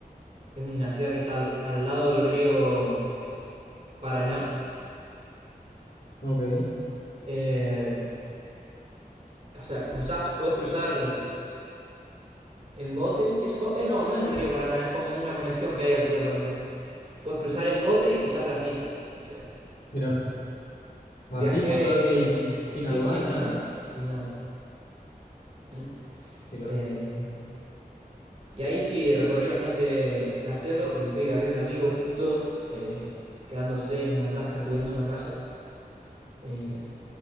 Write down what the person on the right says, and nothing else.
Es una ciudad que está al, al lado del río Paraná.
Eh, o sea, cruzás, podés cruzar en bote. Eso, co- eh, no, no es el río Paraná, es como una conexión que hay al río Paraná. Puedes cruzar en bote y pisás Brasil. O sea,
viajé...
Sí,
sin nada,
sin nada. <laughs>
Eh, y ahí sí recorrí bastante la selva porque fui, había un amigo justo eh, quedándose en una casa, cuidando una casa, eh,